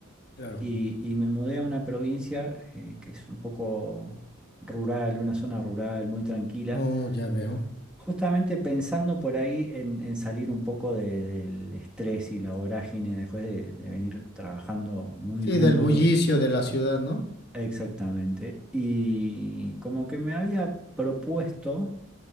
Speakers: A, on the left; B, in the centre.
A: Claro.
B: y, y me mudé a una provincia eh, que es un poco rural, una zona rural muy tranquila.
A: Oh, ya veo.
B: Justamente pensando por ahí en, en salir un poco de- del estrés y la vorágine después de, de venir trabajando muy
A: Sí,
B: duro,
A: del bullicio de la ciudad, ¿no?
B: exactamente, y como que me había propuesto